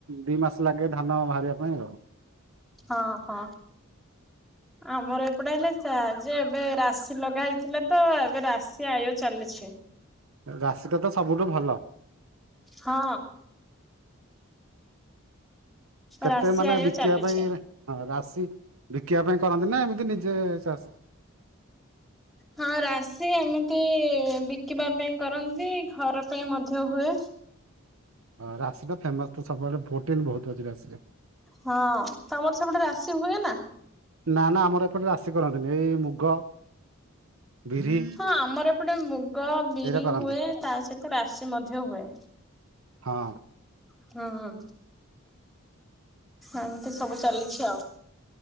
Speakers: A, on the right; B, in the centre.
A: ଦି ମାସ ଲାଗେ ଧାନ ବାହାରିବା ପାଇଁ ଆଉ ହ
B: ହଁ ହଁ। ଆମର ଏପଟେ ହେଲେ ସେ ଯେ ଏବେ ରାଶି ଲଗା ହେଇଥିଲା ତ ଏବେ ରାଶି ଆୟ ଚାଲି ଅଛି।
A: ରାଶିଟା ତ ସବୁଠୁ ଭଲ।
B: ହଁ।
A: କେତେ
B: ରାଶି
A: ମାନେ
B: ଆୟ
A: ବିକିବା
B: ଚାଲିଛି।
A: ପାଇଁ ରା ବି ବିକିବା ପାଇଁ କରନ୍ତି ନା ଏମିତି ନିଜେ ଚାଷ।
B: ହଁ ରାଶି ଏମିତି ବିକିବା ପାଇଁ କରନ୍ତି ଘର ପାଇଁ ମଧ୍ୟ ହୁଏ।
A: ରାଶି ଟା ଫେମସ ତ ସବୁବେଳେ ପ୍ରୋଟିନ ବହୁତ ଅଛି ରାଶିରେ।
B: ହଁ ତମର ସେପଟେ ରାଶି ହୁଏ ନା?
A: ନା ନା ଆମର ଏପଟେ ରାଶି କରନ୍ତିନି ଏଇ ମୁଗ ବିରି
B: ହଁ ଆମର ଏପଟେ ମୁଗ ବିରି
A: ଏଇରା କରନ୍ତି
B: ହୁଏ, ତା ସହିତ ରାଶି ମଧ୍ୟ ହୁଏ।
A: ହଁ।
B: ହୁଁ ହଁ। ଏମତି ସବୁ ଚାଲିଛି ଆଉ।